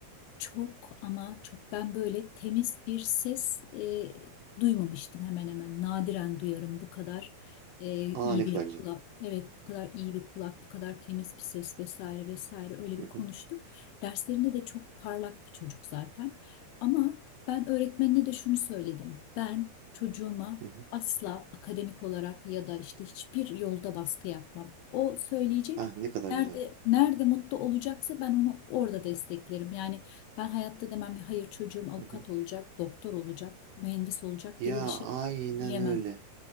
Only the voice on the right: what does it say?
Aa ne
kadar
güzel.
Hı
hı,
hı hı.
Ah ne kadar
güzel.
Hı hı.
Ya
aynen
öyle.